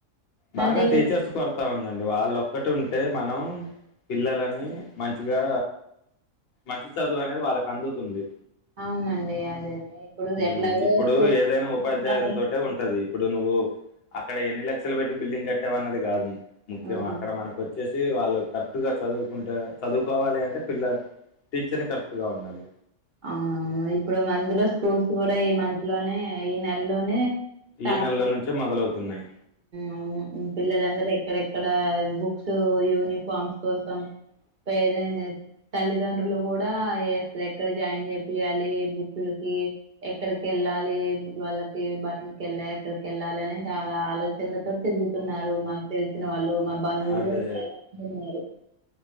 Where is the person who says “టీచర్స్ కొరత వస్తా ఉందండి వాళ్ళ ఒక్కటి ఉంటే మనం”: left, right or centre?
Left